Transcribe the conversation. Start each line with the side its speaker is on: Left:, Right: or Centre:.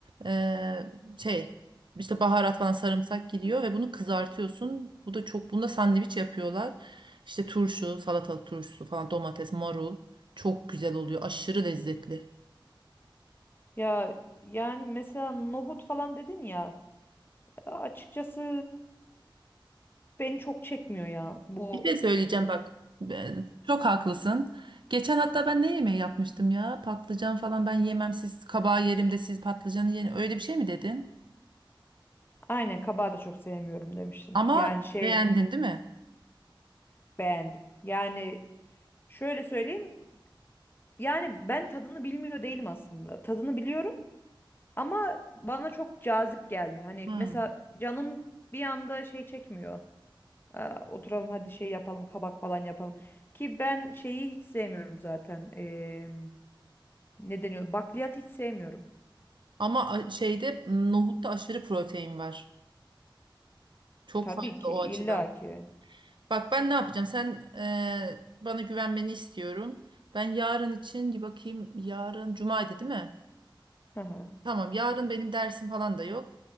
Right: Ee, şey işte baharat falan sarımsak gidiyor ve bunu kızartıyorsun. Bu da çok bunda sandviç yapıyorlar. İşte turşu, salatalık turşusu falan domates, marul çok güzel oluyor. Aşırı lezzetli.
Left: Ya yani mesela nohut falan dedin ya açıkçası beni çok çekmiyor ya. Bu
Right: Bir şey söyleyeceğim bak. ben- Çok haklısın. Geçen hatta ben ne yemeği yapmıştım ya? Patlıcan falan ben yemem siz kabağı yerim de siz patlıcanı yerin. Öyle bir şey mi dedin?
Left: Aynen kabağı da çok sevmiyorum demiştim.
Right: Ama
Left: Yani şey
Right: beğendin değil mi?
Left: beğendim. Yani şöyle söyleyeyim. Yani ben tadını bilmiyor değilim aslında. Tadını biliyorum ama bana çok cazip gelmiyor. Hani
Right: Hı.
Left: mesela canım bir anda şey çekmiyor. Aa, oturalım hadi şey yapalım kabak falan yapalım. Ki ben şeyi hiç sevmiyorum zaten. Ee, ne deniyor? Bakliyat hiç sevmiyorum.
Right: Ama a- şeyde m, nohutta aşırı protein var. Çok
Left: Tabii
Right: faydalı
Left: ki illa
Right: o açıdan.
Left: ki.
Right: Bak ben ne yapacağım? Sen e, bana güvenmeni istiyorum. Ben yarın için bir bakayım. Yarın cumaydı değil mi?
Left: Hı hı,
Right: Tamam yarın benim dersim falan da yok.